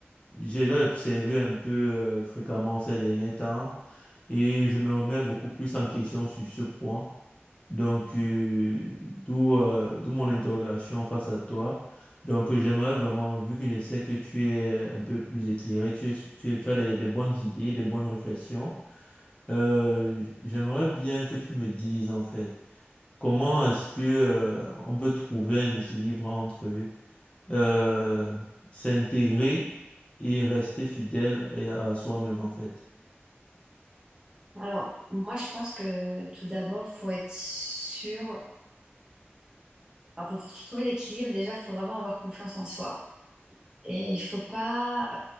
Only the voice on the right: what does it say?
Alors, moi, je pense que tout d'abord, faut être sûr. enfin, pour trouver l'équilibre, déjà, faut vraiment avoir confiance en soi. Et il faut pas